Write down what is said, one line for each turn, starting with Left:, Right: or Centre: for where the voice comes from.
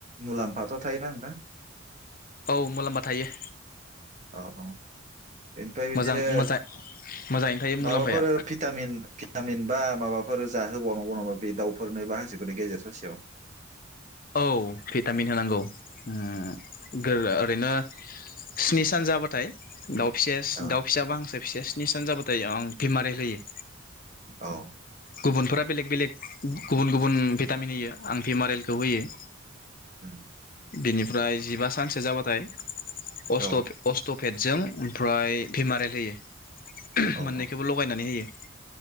Right: मुलाम्फाथ' थायोना नोंथां
Left: औ मुलाम्फा थायो
Right: औ औ ओमफ्राय बिदिनो
Left: मोजां मोजां मोजाङैनो थायो मुलाम्फाया
Right: माबाफोर भिटामिन थामहिनबा बा माबाफोर जाहोबावनांगौ नामा बे दाउफोरनो बा हांसोफोरनि गेजेर ससेयाव
Left: औ भिटामिन होनांगौ ओ ओरैनो स्नि सान जाबाथाय दाउ फिसास
Right: औ
Left: दाउ फिसाबा हांसो फिसाया निसान जाबाथाय आं भिमारेल होयो।
Right: औ
Left: गुबुनफोरा बेलेग बेलेग गुबुन गुबुन भिटामिन होयो आं भिमारेल सौहैयो
Right: होम
Left: बिनिफ्राय जिबा सानसो जाबाथाय अस्थब
Right: औ
Left: अस्थब पेटजों ओमफ्राय भिमारेल होयो।
Right: औ
Left: माननैखौबो लगायनानै होयो।